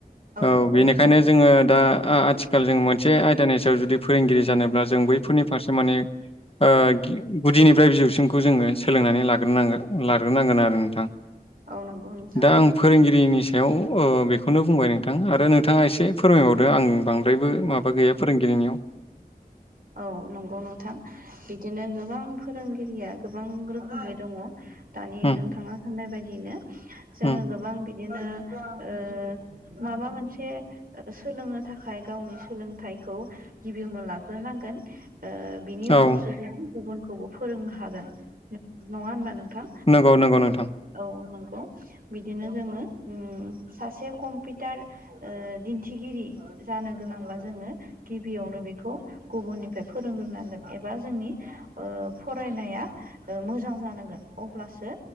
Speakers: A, on the left; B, on the right.
A: औ
B: नंगौ
A: बेनिखायनो
B: नोंथां
A: जोङो दा आथिखाल आथिखाल जों मोनसे आयदानि सायाव जुदि फोरोंगिरि जानोब्ला जों बैफोरनि फारसे माने ओ गुदिनिफ्राय बिजौसिमखौ जोङो सोलोंनानै लाग्रांगोन लाग्रोनांगोन आरो नोंथां।
B: औ नंगौ नोंथां।
A: दा आं फोरोंगिरिनि सायाव ओ बेखौनो बुंबाय नोंथां आरो नोंथाङा एसे फोरमायबावदों आं बांद्रायबो माबा गैया। फोरोंगिरिनियाव
B: औ नंगौ नोंथां बिदिनो गोबां फोरोंगिरिया गोबां रोखोमनि दङ। दानि
A: उम
B: नोंथाङा होननाय बायदिनो जोङो
A: उम
B: गोबां बिदिनो ओ माबा मोनसे सोलोंनो थाखाय गावनि सोलोंथाइखौ गिबियावनो ला ग्रो नांगोन ओ बिनि उनावसो
A: औ
B: जों गुबुनखौबो फोरोंनो हागोन नङा होनबा नोंथां।
A: नंगौ नंगौ नोंथां
B: ओ औ नंगौ बिदिनो जोङो ओह सासे कम्पिउटार ओ दिन्थिगिरि जानो गोनांब्ला जोङो गिबियावनो बेखौ गुबुननिफ्राय फोरोंग्रोनांगोन एबा जोंनि ओ फरायनाया ओ मोजां जानांगोन अब्लासो